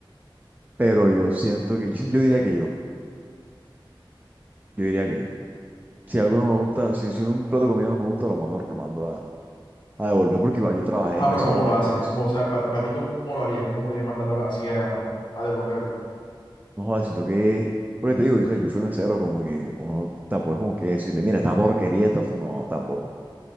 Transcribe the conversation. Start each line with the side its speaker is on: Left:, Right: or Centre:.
Right: pero yo siento que, yo, sien- yo diría que yo, yo diría que yo. Si algo no me gusta, si, si un plato de comida no me gusta, lo mando, lo mando a, a devolver porque igual yo trabajé
Left: Ajá,
Right: de mesero,
Left: pero ¿cómo
Right: marica,
Left: lo haces?
Right: y eso.
Left: ¿Cómo, o sea, para, ti, ¿cómo lo harías? ¿Cómo podrías mandarlo así a, a devolverlo?
Right: No jodas, siento que, porque te digo, o sea, yo fui mesero, como que uno tampoco es como que decirle, mira, esta porquería, esta, no, tampoco.